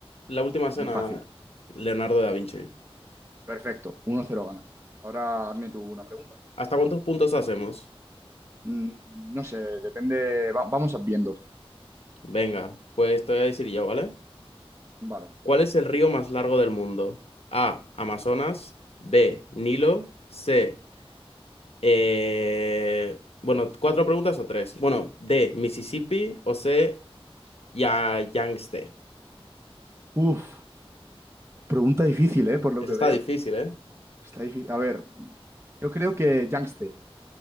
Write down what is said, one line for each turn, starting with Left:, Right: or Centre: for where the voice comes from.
Left: la última cena,
Right: Muy fácil.
Left: Leonardo da Vinci.
Right: Perfecto. uno cero ganas. Ahora hazme tú una pregunta.
Left: ¿Hasta cuántos puntos hacemos?
Right: Mm, No sé, depende. va- vamos viendo.
Left: Venga, pues te voy a decir yo, ¿vale?
Right: Vale.
Left: ¿Cuál es el río más largo del mundo? A. Amazonas. B. Nilo. C. Eh, bueno, cuatro preguntas o tres. Bueno, D, Mississippi o C, ya Yangtze.
Right: Uf, pregunta difícil, ¿eh? Por lo
Left: Esa
Right: que
Left: está
Right: veo.
Left: difícil, ¿eh?
Right: Está difícil. A ver, yo creo que Yangtze.